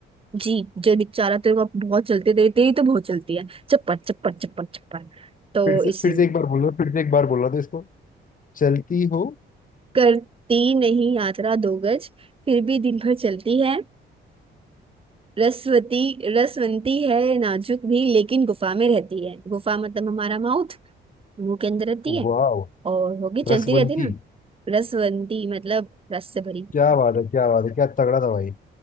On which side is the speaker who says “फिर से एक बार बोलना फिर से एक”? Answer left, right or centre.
Left